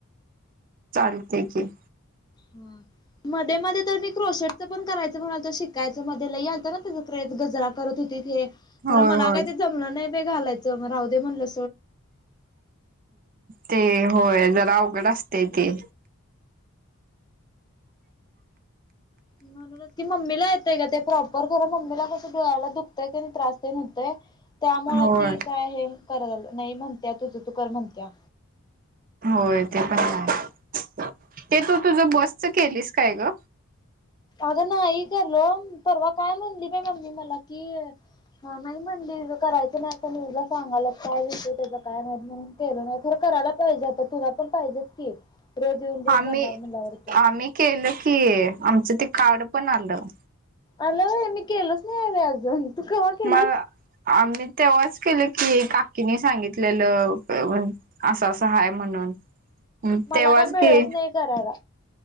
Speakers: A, on the right; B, on the left.
A: चालतेय की,
B: ह मध्ये मध्ये तर मी क्रोशटच पण करायच म्हणालतो, शिकायच, मध्ये लय आलत ना त्याज के ज गजरा करत होतीत हे,
A: होय
B: खरं मला
A: होय.
B: काय ते जमलं नाही बाई घालायच, म राऊदे म्हनलं
A: ते होय जरा अवघड असतय ते
B: म्हणूनच की मम्मी ला येतय ग ते प्रॉपर,, खर मम्मीला कसं डोळ्याला दुखतंय कनय त्रास तेन हुतय. त्यामुळं
A: होय.
B: ती काय हे करायला, नाही म्हणत्या, तुझ तू कर म्हणत्या.
A: होय, ते पण हाय, ते तू तुझ बसच केलीस. काय ग
B: अग नाही. करलो, परवा काय म्हणली बाय मम्मी मला की, हा नाही म्हणली करायचं नाही असं न्यूज ल संगल्यात काय विषय त्याचा काय माहित नाही म्हणून केलं नाही तर करायला पाहिजे आता तुला पण पाहिजेत की रोज येऊन जाऊन
A: आम्ही
B: करणार म्हणल्यावरती
A: आम्ही केलं की आमचं ते कार्ड पण आलं
B: आला व्हय मी केलोच नाही हवे अजून तू कव्हा केलीस
A: मला आम्ही तेव्हाच केलं की काकीने सांगितलेलं असं असं आहेय म्हणून
B: मला
A: तेव्हाच
B: काय मिळलंच
A: की
B: नाही करायला